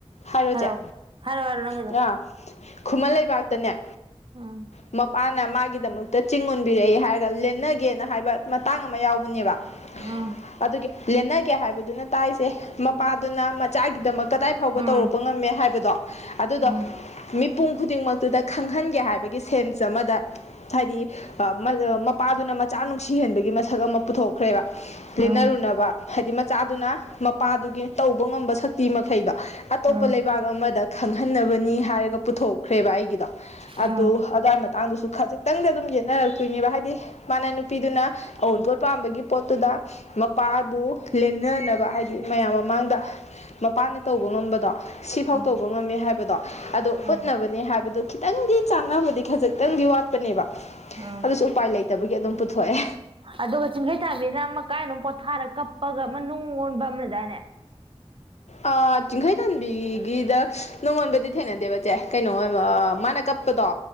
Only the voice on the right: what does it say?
ꯍꯥꯏꯔꯛꯑꯣ
ꯍꯥꯏꯔꯣ ꯍꯥꯏꯔꯣ ꯅꯪꯒꯤꯗꯣ
ꯎꯝ
ꯎꯝ
ꯎꯝ
ꯎꯝ
ꯎꯝ
ꯎꯝ
ꯎꯝ
ꯎꯝ
ꯎꯝ
ꯎꯝ
ꯑꯗꯨꯒ ꯆꯤꯡꯈꯩꯊꯥꯟꯕꯤꯅ ꯑꯃ ꯀꯥꯏꯗꯅꯣ ꯄꯣꯊꯥꯔꯒ ꯀꯞ ꯄꯒ ꯅꯨꯡ ꯑꯣꯟꯕ ꯑꯃꯥ ꯂꯩꯗꯥꯏꯅꯦ